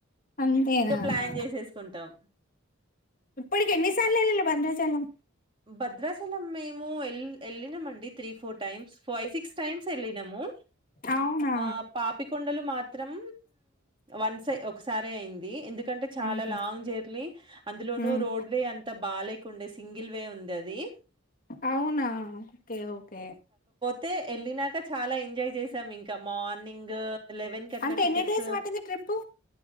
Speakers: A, on the left (about 40°); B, on the right (about 25°).
A: అంతేనా!
B: ఇంకా ప్లాన్ చేసేసుకుంటాం
A: ఇప్పటికి ఎన్ని సార్లు ఎళ్ళిళ్ళు భద్రాచలం
B: భద్రాచలం మేము ఎల్ ఎళ్ళినామం తీ four time five six times ఎళ్లినము
A: అవునా
B: ఆ పాపికొండలు మా త్రం వన్సే ఒకసారే అయింది ఎందు కంటే చాల
A: ఉహు
B: లాంగ్ జర్లీ అందులోను
A: ఉమ్
B: రోడ్ వే అంత బాలేకుండే సింగిల్ వే ఉంది అది
A: అవునా ఓకే ఓకే
B: తే ఎళ్ళినాక చాలా ఎంజాయ్ జేసాం ఇంక మా మార్నింగూ లెవెన్ కట్ల
A: అంటే
B: టికెట్సు
A: ఎన్ని డేస్ పట్టింది ట్రిప్పు